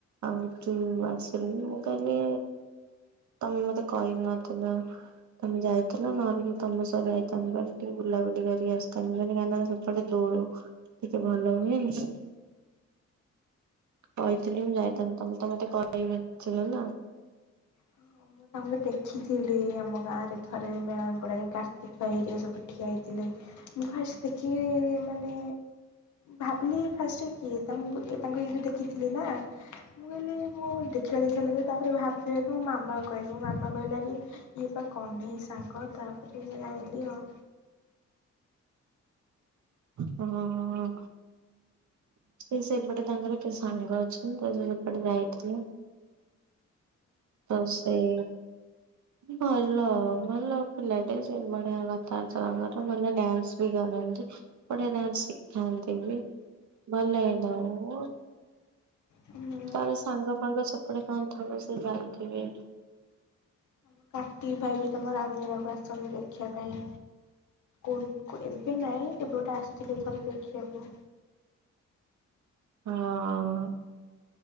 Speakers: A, on the right; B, on the left.
A: ଆଉ ତୁ ଆସିଲୁନି। ମୁଁ କହିଲି ତମେ ମତେ କହି ନଥିଲ। ତମେ ଯାଇଥିଲ ନହେଲେ ମୁଁ ତମ ସହ ଯାଇଥାନ୍ତି ଭାରି। ଟିକେ ବୁଲାବୁଲି କରିକି ଆସେ। କାନ ମ ଗାନ ସପଟେ ଦୋଳ ଟିକେ ଭଲ ହୁଏନି। କହିଥିଲି ମୁଁ ଯାଇଥାନ୍ତେ। ତମେ ତ ମତେ କହି ନଥିଲ ନା।
B: ହଁ ମୁଁ ତାଙ୍କୁ ଦେଖିଥିଲି ଆମ ଗାଁରେ ଥରେ ମେଳନ ପଡାରେ କାର୍ତ୍ତିକ ଭାଇ ହେରିକା ସବୁ ଠିଆ ହେଇଥିଲେ। ମୁଁ ଫାଷ୍ଟେ ଦେଖିବି ମାନେ ଭାବିଲି ଫାଷ୍ଟ କିଏ ତାଙ୍କୁ ମୁଁ ତାଙ୍କୁ ଇଏକୁ ଦେଖିଥିଲି ନା। ମୁଁ କହିଲି ମୁଁ ଦେଖିଲା ଦେଖିଲା ଲାଗେ। ତାପରେ ଭାବିଲିକି ମୋ ମାମା। କହିଲେ ମାମା କହିଲା କି ଇଏ ବା କହ୍ନେଇ ସାଙ୍ଗ ତାପରେ ଜାଇଁଲିି ଆଉ।
A: ହଁ ହଁ। ସେ ସେପଟେ ତାଙ୍କର କି ସାଙ୍ଗ ଅଛନ୍ତି ତ ସେପଟେ ଯାଇଥିଲେ। ତ ସେଇ ଭଲ ଭଲ ପିିଲାଡେ ସେ ବଢିଆ କଥାବାର୍ତ୍ତା ତାଙ୍କର। ଭଲ ଡ୍ୟାନ୍ସ ବି ଗନ୍ତି ଗୋଟେ ଡ୍ୟାନ୍ସ ଶିଖାନ୍ତି ବି ଭଲ ଲାଗେ। <unintelligible>
B: ହୁଁ
A: ତାହେଲେ ସାଙ୍ଗ ଫାଙ୍ଗ ସେପଡେ କଣ ଥବ ସେ ଯାଇଥିବେ।
B: ତମ କାର୍ତ୍ତିକ ଭାଇ ବି ତମ ରନ୍ଧୀବାକୁ ଆସନ୍ତି ଦେଖିବା ପାଇଁ। କୁଲ କୁ ଏବେ ନାହିଁ କେବେ ଗୋଟେ ଆସିଥିଲେ ଥରେ ଦେଖିବାକୁ।
A: ହଁ।